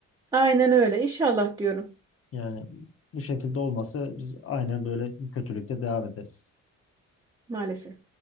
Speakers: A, on the right; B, on the left.
A: Aynen öyle. İnşallah diyorum
B: Yani bu şekilde olmasa biz aynen böyle kötülükte devam ederiz.
A: maalesef.